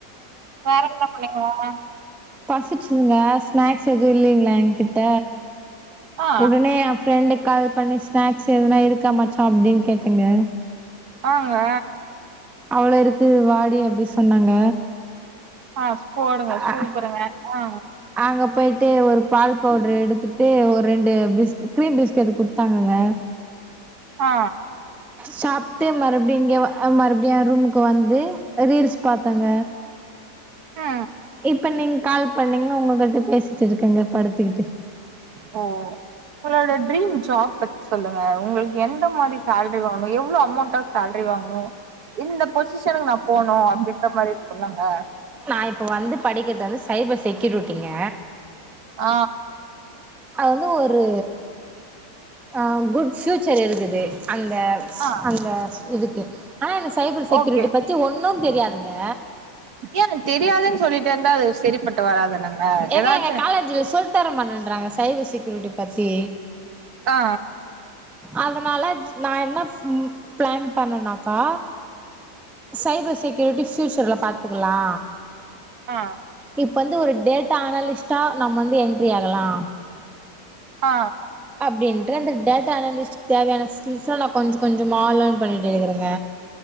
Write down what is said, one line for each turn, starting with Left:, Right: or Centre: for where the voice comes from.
Right: பேரகிராஃப் பண்ணிங்களாமா
Centre: பசிச்சிதுங்க ஸ்நாக்ஸ் எதுவு இல்லைங்களா எ கிட்ட
Right: ஆ
Centre: உடனே ஃப்ரெண்டுக்கு கால் பண்ணி ஸ்நாக்ஸ் எதுனா இருக்கா மச்சா அப்டின்னு கேட்டங்க
Right: ஆங்க
Centre: அவ்ளோயிருக்கு வாடி அப்டி சொன்னாங்க
Right: ஆ போடுங்க சூப்பருங்க
Centre: அ
Right: ஆ
Centre: அங்க போயிட்டு ஒரு பால் பவுடுரு எடுத்துட்டு ஒரு ரெண்டு பிஸ் கிரீம் பிஸ்கெட்டு குடுத்தாங்கங்க
Right: ஆ
Centre: சாப்ட்டு மறுபடியு இங்க மறுபடியு ரூமுக்கு வந்து ரீல்ஸு பாத்தங்க
Right: ஆ
Centre: இப்ப நீங்க கால் பண்ணீங்ளா உங்ககிட்ட பேசிட்டு இருக்கேங்க படுத்துக்கிட்டு
Right: ஓ உங்களோட ட்ரீம் ஜாப் பத்தி சொல்லுங்க உங்குளுக்கு எந்த மாரி சாலரி வாங்குனோ எவ்வளோ அமௌண்ட்டா சேலரி வாங்கணோ இந்த பொசிஷனுக்கு நா போனோ அப்டீன்ற மாரி இருக்கோலங்க
Centre: நா இப்ப வந்து படிக்குறது வந்து சைபர் செக்யூரிட்டிங்க
Right: ஆ
Centre: அது வந்து ஒரு ஆ குட்ஃபியூச்சர் இருக்குது அந்த
Right: ஆ
Centre: அந்த இதுக்கு ஆனா எனக்கு சைபர் செக்யூரிட்டி
Right: ஓகே
Centre: பத்தி ஒன்னோ தெரியாதுங்க
Right: ஏ அது எனக்கு தெரியாதுன்னு சொல்லிட்டு இர்ந்தா அது செரிப்பெட்டு வராதுலங்க
Centre: ஏங்க
Right: ஏதாச்சு
Centre: எங்க காலேஜ்ல சொல்லி தர மாட்டேன்றாங்க சைபர் செக்யூரிட்டி பத்தி
Right: ஆ
Centre: அதனால நா என்ன பிளான் பண்ணனாக்கா சைபர் செக்யூரிட்டி ஃபியூச்சர்ல பாத்துக்குலா
Right: ஆ
Centre: இப்ப வந்து ஒரு டேட்டா அனலிஸ்ட்டா நம்ம வந்து என்ட்ரி ஆகலா
Right: ஆ
Centre: அப்டின்ட்டு அந்த டேட்டா அனாலிஸ்ட்க்கு தேவயான ஸ்கில்ஸெல்லா நா கொஞ்சோ கொஞ்சோமா லேர்ன் பண்ணிட்டு இருக்குறேங்க